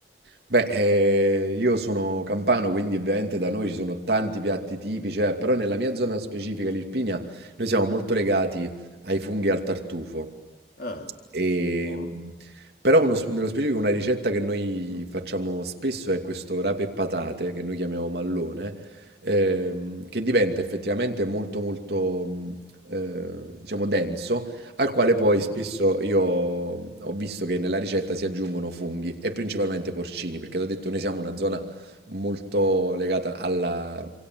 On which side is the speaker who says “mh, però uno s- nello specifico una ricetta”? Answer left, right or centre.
Right